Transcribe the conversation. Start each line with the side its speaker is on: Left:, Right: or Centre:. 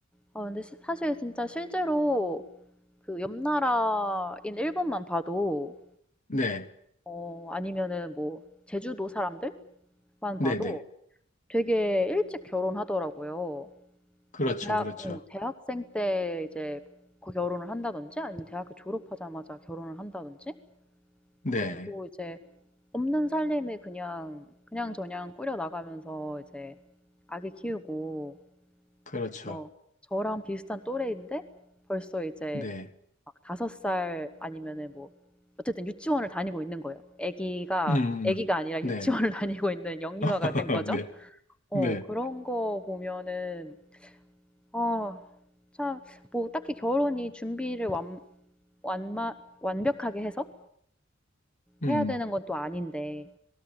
Centre: 아 근데 시 사실 진짜 실제로 그 옆 나라인 일본만 봐도
Left: 네,
Centre: 어 아니면은 뭐 제주도 사람들만
Left: 네,
Centre: 봐도
Left: 네.
Centre: 되게 일찍 결혼하더라고요.
Left: 그렇죠,
Centre: 뭐 대학
Left: 그렇죠.
Centre: 어 대학생 때 이제 그 결혼을 한다든지 아니면 대학교 졸업하자마자 결혼을 한다든지
Left: 네,
Centre: 그러고 이제 없는 살림을 그냥 그냥저냥 꾸려나가면서 이제 아기 키우고
Left: 그렇죠.
Centre: 그래서 저랑 비슷한 또래인데 벌써 이제
Left: 네,
Centre: 막섯살 아니면은 뭐 어쨌든 유치원을 다니고 있는 거예요. 아기가
Left: 음,
Centre: 음. 아기가
Left: 음.
Centre: 아니라
Left: 네,
Centre: 유치원을 <laughs> 다니고 있는 영유아가
Left: <laughs>
Centre: 된 거죠.
Left: 네,
Centre: 어,
Left: 네,
Centre: 그런 거 보면은 어, 참, 뭐, 딱히 결혼이 준비를 완, 완마, 완벽하게 해서
Left: 음,
Centre: 해야
Left: 음.
Centre: 되는 건 또 아닌데,